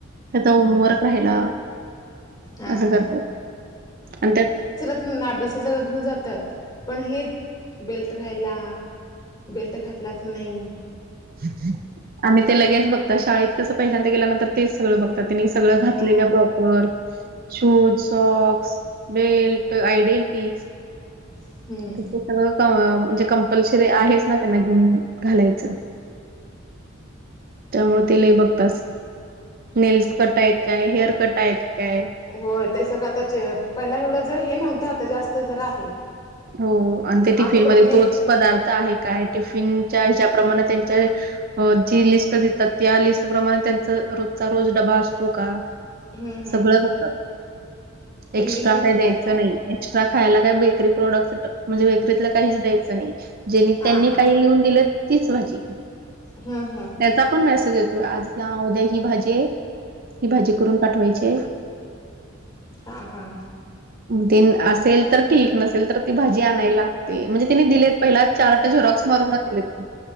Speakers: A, on the right; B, on the left.
A: त्याचा होमवर्क राहिला.
B: हा
A: असं
B: हा
A: करतात आणि त्यात.
B: अभ्यासाच सगळ <unintelligible> घेऊन जातात पण हे बेल्ट राहिला बेल्ट घातलाचं नाही.
A: <unintelligible> आणि ते लगेच बघतात शाळेत कसं पहिल्यांदा गेल्यानंतर तेच सगळं बघतात त्यानी सगळं घातलं
B: हा
A: का ब वर शूज सॉक्स बेल्ट आयडेंटिज.
B: हम्म
A: कस <unintelligible> सगळं म्हणजे कंपल्शरी आहेच ना त्यांना घेऊन घालायचं. त्यामुळे ते लई बघतात नेल्स कट आहेत काय? हेअर कट आहेत काय?
B: होय ते सगळं आताच पहिला एवढं जर हे नव्हतं आता जास्त जरा आहे.
A: हो आणि ते टिफिनमध्ये
B: आठवड्यातून एक
A: तोच पदार्थ आहे काय? टिफिनच्या ह्याच्याप्रमाणे त्यांच्या. जी लिस्ट देतात त्या लिस्ट प्रमाणे त्यांचा रोजचा रोज डबा असतो का?
B: हम्म हम्म
A: सगळं बघात, एक्स्ट्रा
B: इंग्लिश मिडियमला
A: काय द्यायचं
B: आहे
A: नाही. एक्स्ट्रा खायला काही बेकरी प्रोडक्ट म्हणजे बेकरीतल काहीच द्यायचं नाही. जेनी <unintelligible>
B: हा
A: त्यांनी काही लिहून दिलं तीच भाजी.
B: हा हा <unintelligible>
A: त्याचा पण मेसेज येतोय, आज ह्या उद्या ही भाजी आहे. ही भाजी करून पाठवायची आय.
B: हा हा
A: तीन असेल तर ठीक नस -सेल तर ती भाजी आणाय लागते म्हणजे तेनी दिलेत पहिलाच चार्ट झेराक्स मारूनच दिलेत.